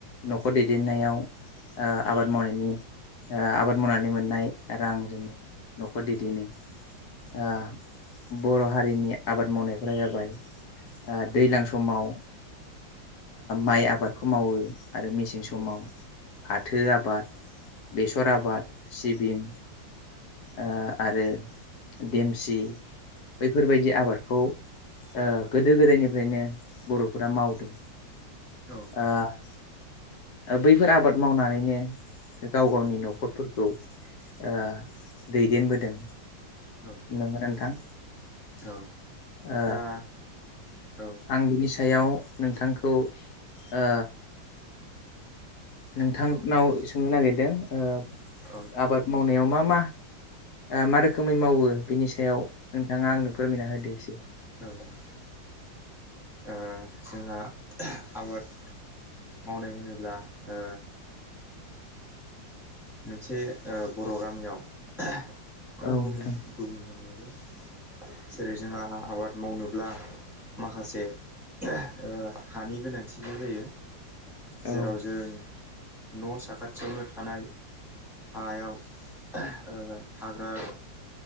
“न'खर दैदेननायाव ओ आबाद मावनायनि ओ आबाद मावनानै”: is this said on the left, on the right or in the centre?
Left